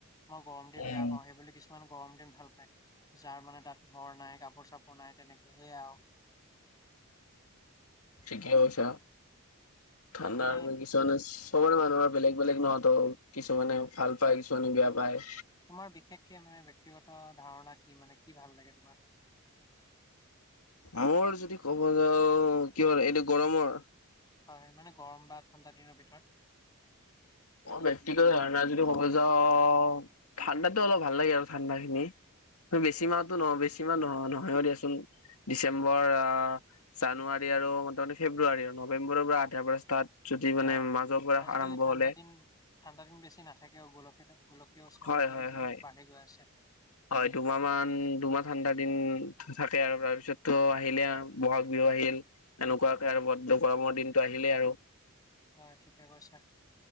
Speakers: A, on the left; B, on the left.
A: মই গৰম দিন
B: উম
A: বেয়া পাওঁ সেই বুলি কিছুমান গৰম দিন ভাল পায় যাৰ মানে তাত ঘৰ নাই কাপোৰ চাপোৰ নাই তেনেকে সেয়াই আৰু <inaudible>
B: ঠিকে কৈছা ঠাণ্ডা
A: তুমি
B: কিছুমানে চবৰে মানুহৰ বেলেগ বেলেগ নহত কিছুমানে ভাল পায় কিছুমানে বেয়া পায়।
A: তোমাৰ বিশেষকে মানে ব্যয়ক্তিগত ধাৰণা কি মানে কি ভাল লাগে তোমাৰ? <inaudible>
B: মোৰ যদি ক'ব যাওঁ কি হয় এইটো গৰমৰ
A: হয়, মানে গৰম বা ঠাণ্ডা দিনৰ ভিতৰত।
B: অ, ব্যক্তিগত ধাৰণা যদি মব যাওঁ ঠাণ্ডাতো অলপ ভাল লাগে আৰু ঠাণ্ডা খিনি বেছি মাহতো নহয় বেছি মাহ নহয় নহয়ও দিয়াচোন। ডিচেম্বৰ জানুৱাৰী আৰু ম মানে ফেব্ৰুৱাৰী আৰু নৱেম্বৰৰ পৰা আধাৰ পৰা ষ্টাৰ্ট যদি মানে
A: হয়
B: মাজৰ পৰা
A: আজিকালি
B: আৰম্ভ
A: ঠাণ্ডা
B: হ'লে।
A: দিন ঠাণ্ডা দিন বেছি নথাকেও গোলক গোলকীয় উষ্ণতা
B: হয়
A: দিনে
B: হয়
A: দিনেও
B: হয়
A: বাঢ়ি গৈ আছে।
B: হয় দুমাহ মান দুমাহ ঠাণ্ডা দিন থাকে আৰু তাৰপিছতো আহিলে ব'হাগ বিহু আহিল এনেকুৱাকে আৰু ব গৰমৰ দিনটো আহিলেই আৰু।
A: হয় ঠিকে কৈছা